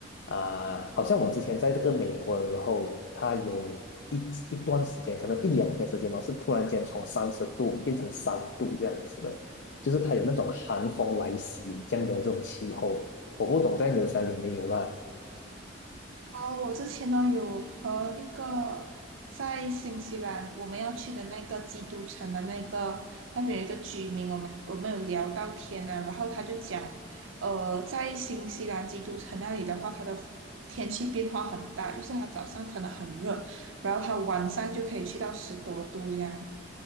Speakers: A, on the left; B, on the right.
A: 啊、好像我之前在这个美国的时候，它有一一段时间，可能一两天时间哦，是突然间从三十度变成三度这样子的，就是它有那种寒风来袭这样的这种气候，我不懂在纽山有没有啦。
B: 啊，我之前呢有和一个在新西兰我们要去的那个基督城的那个那边有一个居民，我们我们有聊到天啊，然后他就讲，呃，在新西兰基督城那里的话，它的天气变化很大，就是它早上可能很热，然后它晚上就可以去到十多度这样。